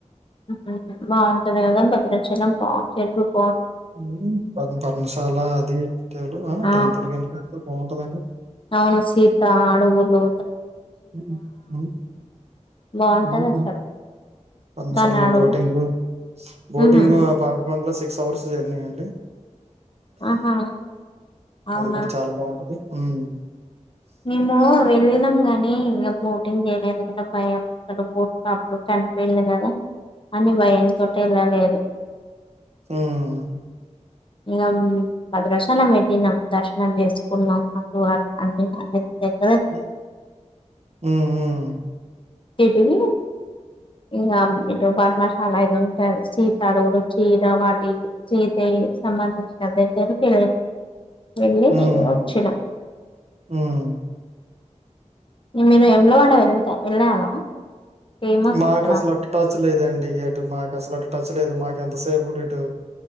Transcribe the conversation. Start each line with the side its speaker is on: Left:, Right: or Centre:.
Left: హ్మ్మ్ హ్మ్మ్ బాగుంటది కదా భద్రచలం బా టెంపుల్ బా
Right: మ్మ్ ప పర్మశాల అది టెలు అ
Left: ఆ
Right: టెంపుల్ కనుక బాగుంటదండి
Left: అవును సీత అడుగులు
Right: మ్మ్ మ్మ్
Left: బాగుంటది
Right: మ్మ్
Left: అసలు.
Right: పర్ణశాల
Left: దాన్ని
Right: లో
Left: అడుగు
Right: బోటింగ్ బోటింగ్
Left: ఉహు
Right: ఆ పాపి కొండలో సిక్స్ అవర్స్ జర్నీ అండి
Left: ఆహా అవునా
Right: అది కూడా చాలా బాగుంటది మ్మ్
Left: మేము వెళ్ళినం గానీ ఇంకా బోటింగ్ చేయలే ఎందుకంటే భయం <unintelligible> చనిపోయింది కదా అని భయంతోటి వెళ్ళ లేదు
Right: హ్మ్మ్
Left: ఇగ భద్రాచలం వేళ్ళినం దర్శనం చేసుకున్నాం <inaudible>
Right: మ్మ్ మ్మ్ మ్మ్
Left: ఏంటది ఇగ ఇటు పద్మశా <unintelligible> ఉంటది సీత అడుగులు చీర వాటి సీతే సంబంధించిన <unintelligible> వెళ్లి
Right: హ్మ్.
Left: వచ్చినం
Right: హ్మ్.
Left: మీరు వేములవాడ వెళ్తా వెళ్ళారా ఫేమస్
Right: మాకు
Left: ఇక్కడ
Right: అసలు టచ్ లేదండి అటు మాకు అసలు ట చ్ లేదు మాకు ఎంతసేపుడు ఇటు